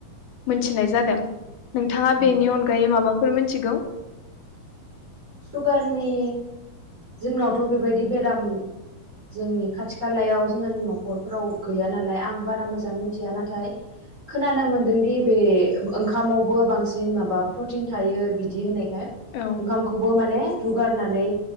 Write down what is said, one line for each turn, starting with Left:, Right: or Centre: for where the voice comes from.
Left: मोनथिनाय जादों! नोंथाङा
Right: औ
Left: बेनि अनगायै माबाफोर मिथिगौ?
Right: सुगारनि जोंनावथ' बेबायदि बेराम जोंनि खाथि खालायाव जोंहानि न'खरफोराव गैया नालाय आं बारा मोजां मिथिया नाथाय खोनानो मोनदोंदि बे ओंखामावबो बांसिन माबा प्रटिन थायो बिदि होननाय
Left: औ
Right: ओंखामखौ रुगारनानै